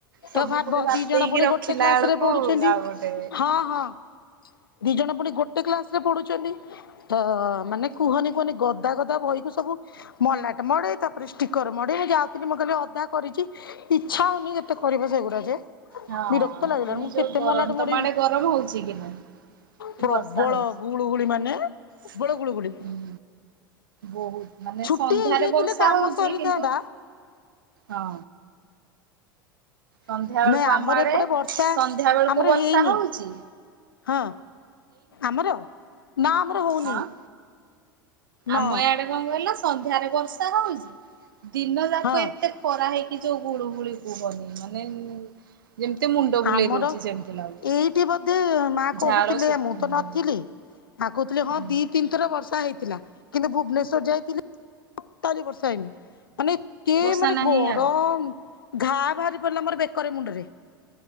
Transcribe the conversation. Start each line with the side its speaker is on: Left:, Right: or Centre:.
Right: ସବୁ
Left: ତ ଭାବ
Right: ପୁଣି ବାତେଇକି
Left: ଦି ଜଣ ପୁଣି
Right: ରଖିଲା
Left: ଗୋଟେ କ୍ଲାସ
Right: ବେଳକୁ
Left: ରେ ପଢୁଛନ୍ତି
Right: ଆଉ ଗୋଟେ
Left: ହଁ ହଁ। ଦି ଜଣ ପୁଣି ଗୋଟେ କ୍ଲାସ ରେ ପଢୁଛନ୍ତି। ତ ମାନେ କୁହନି କୁହନି ଗ ଅଧା ଗଦା ବହିକୁ ସବୁ ମଲାଟ ମଡ ତାପରେ ଷ୍ଟିକର ମଡେ ମୁଁ ଯାଉଥିଲି ମୁଁ କହିଲି ଅଧା କରିଛି ଇଚ୍ଛା ହଉନି। ଏେ କରିବା ସେଗୁଡ଼ା ଯେ
Right: ହଁ
Left: ବିରକ୍ତ ଲାଗିଲାଣି
Right: ପୁଣି
Left: ମୁଁ
Right: ଯୋଉ
Left: କେତେ
Right: ଗରମ
Left: ମଲାଟ
Right: ତ
Left: ମଡେଇବି
Right: ମଡେ ଗରମ ହଉଛି କି ନାହିଁ କି
Left: ପ୍ରବଳ
Right: ବର୍ଷା ହଉଚ
Left: ଗୁଳୁଗୁଳି ମାନେ
Right: ହୁଁ
Left: ପ୍ରବଳ ଗୁଳୁଗୁଳି
Right: ବହୁତ ମାନେ
Left: ଛୁଟି
Right: ସନ୍ଧ୍ୟାରେ
Left: ହେଇଯାଇଥିଲେ
Right: ବର୍ଷା
Left: କାମ
Right: ହଉଚ
Left: ସରିଥାନ୍ତା
Right: କିନ୍ତୁ ହଁ। ସନ୍ଧ୍ୟା ବେଳକୁ
Left: ନାଇଁ
Right: ଆମଡ
Left: ଆମର ଏପଟେ ବର୍ଷା
Right: ସନ୍ଧ୍ୟା ବେଳକୁ
Left: ଆମର
Right: ବର୍ଷା
Left: ହେଇନି
Right: ହଉଚ।
Left: ହଁ। ଆମର ନା ଆମର ହଉନି।
Right: ହଁ
Left: ନା
Right: ଆମ ଇଆଡେ କଣ କହିଲ? ସନ୍ଧ୍ୟାରେ ବର୍ଷା ହଉଛି। ଦିନ ଯାକ
Left: ହଁ
Right: ଏତେ ଖରା ହେଇକି ଯୋଉ ଗୋଳୁ ଳି ପବନି ମାନେ ଯେମିତି ମୁଣ୍ଡ ବୁଲେଇ
Left: ଆମର
Right: ଦଉଛି ସେମିତି ଲାଗୁଛି
Left: ଏଇଠି ବୋଧେ ମା କହୁଥିଲେ
Right: ଝାଳ ଶୁଖୁନି
Left: ମୁଁ ତ ନଥିଲି।
Right: ଦେହରୁ
Left: କାକୁ ଥିଲେ
Right: ହୁଁ
Left: ହଁ ଦି ତିନିଥର ବର୍ଷା ହେଇଥିଲା। ଥିଲା କିନ୍ତୁ ଭୁବନେଶ୍୍ୱଵର ଯାଇଥିଲେ। ସ ପରସେଣ୍ଟ। ମାନେ ସେ
Right: ବର୍ଷା
Left: ମାନେ
Right: ନାହିଁ
Left: ଗରମ
Right: ଇଆଡେ
Left: ଘାଟ ବାହାରି ପଡିଲା ମୋରେକୀ ମୁଣ୍ଡ ରେ